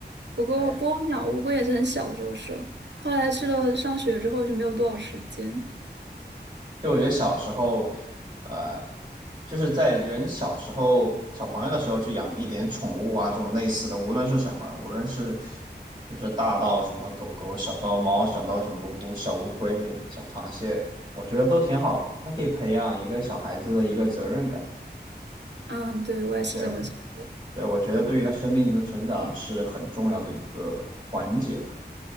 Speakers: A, on the right; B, on the right.
A: 不过波音养乌龟也是很小的时候说，
B: 对。
A: 后来去了上学之后就没有多少时间。
B: 就我觉得小时候，呃，就是在人小时候、小朋友的时候去养一点宠物啊，这种类似的，无论是什么，无论是就是大到什么狗狗，小到猫，小到什么乌小乌龟、小螃蟹，我觉得都挺好。它可以培养一个小孩子的一个责任感。
A: 啊，对，我也是这么觉得。
B: 对对，我觉得对于他生命的成长是很重要的一个环节吧。